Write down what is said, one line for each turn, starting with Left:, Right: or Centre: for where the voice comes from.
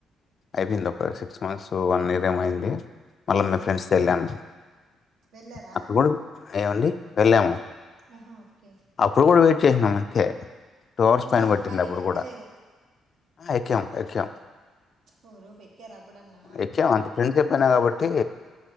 Left: అయిపోయింది. ఒక సిక్స్ మంత్స్ వన్ ఇయర్ ఏమో అయ్యింది. మల్ల మేము
Right: ఉమ్
Left: ఫ్రెండ్స్ తో వెళ్ళాం.
Right: వెళ్ళారా
Left: అప్పుడు కూడ, ఏమండి! వెళ్ళాము.
Right: ఆహా ఓకే
Left: అప్పుడు కూడ వెయిట్ ఎక్కేసినం అంతే టూ అవర్స్
Right: ఆహా,
Left: పైన పట్టింది
Right: కానీ
Left: అప్పుడు
Right: ఎక్కలేదు
Left: కూడ. ఎక్కాం ఎక్కాం.
Right: ఓ రోప్ ఎక్కారా అప్పుడన్నా
Left: ఎక్కాం అంతే ఫ్రెండ్షిప్ పోయిన కాబట్ పెట్టి,